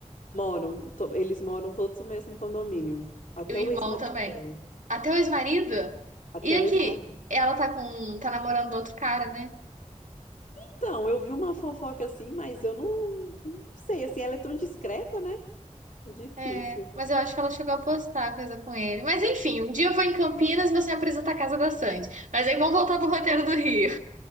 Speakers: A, on the left; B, on the right.
A: moram, to- eles moram todos no mesmo condomínio. Até
B: E o irmão
A: o ex-marido
B: também?
A: dela.
B: Até o ex-marido?
A: Até
B: E aqui,
A: o ex-marido.
B: ela tá com. tá namorando outro cara, né?
A: Então, eu vi uma fofoca assim, mas eu não, não sei, assim, ela é tão discreta, né? É difícil.
B: É, mas eu acho que ela chegou a postar coisa com ele. Mas enfim, um dia eu vou em Campinas e você me apresenta a casa da Sandy. Mas aí vamos voltar pro roteiro do Rio.